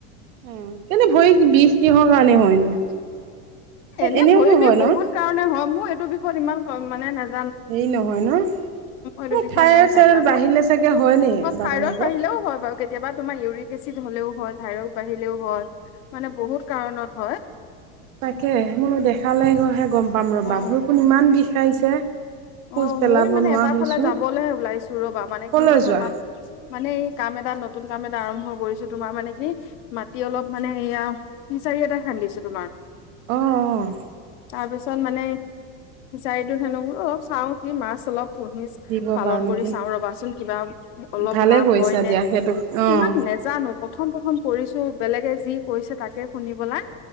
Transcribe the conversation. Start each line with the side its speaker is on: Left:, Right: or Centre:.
Right: উম, কিন্তু ভৰি বিষ কিহৰ কাৰণে হয়নো?
Left: এনেই
Right: এনেওতো
Left: ভৰি দি
Right: হয়
Left: বহুত
Right: ন
Left: কাৰণে হয়, মোৰ এইটো বিষয়ত ইমান কম-মানে নাজ
Right: হেৰি নহয় ন?
Left: এইটো
Right: এ
Left: বিষয়ে
Right: থাইৰইড
Left: ইমান নাজানো
Right: চাইৰইড বাঢ়িলে চাগে হয় নেকি,
Left: অ
Right: বা
Left: থাইৰইড
Right: তেনেকুৱা?
Left: বাঢ়িলেও হয় বাৰু কেতিয়াবা তোমাৰ ইউৰিক এচিড হ'লেও হয় থাইৰড বাঢ়িলেও হয় মানে বহুত কাৰণত হয়।
Right: তাকেহে, মোৰ দেখালেহে-হে গম পাম ৰ'বা,
Left: অ
Right: ভৰিখন ইমান বিষাইছে। খোজ
Left: অ',
Right: পেলাব
Left: মইও মানে
Right: নোৱাৰা
Left: এটা
Right: হৈছোঁ
Left: ফালে যাবলৈহে ওলাইছো ৰ'বা, মানে
Right: কলৈ
Left: কি হ'ল,
Right: যোৱা
Left: আমাৰ মানে এই কাম এটা নত তুন কাম এটা আৰম্ভ কৰিছো, তোমাৰ মানে কি, মাটি অলপ মানে এয়া, ফিচাৰি এটা খান্দিছো তোমাৰ।
Right: অ' অ'।
Left: তাৰ পিছত মানে, ফিচাৰিটোত সেনেকু-অলপ চাওঁ কি মাছ অলপ পুহিচ-পালন
Right: দিব পাৰা নেকি
Left: কৰি চাওঁ ৰ'বাচোন, কিবা অলপ
Right: ভালে
Left: লাভ
Right: কৰিছা
Left: হয় নে
Right: দিয়া সেইটো
Left: মানে
Right: অঁ
Left: ইমান নেজানো, প্ৰথম প্ৰথম কৰিছো বেলেগে যি কৈছে তাকে শুনি পেলাই,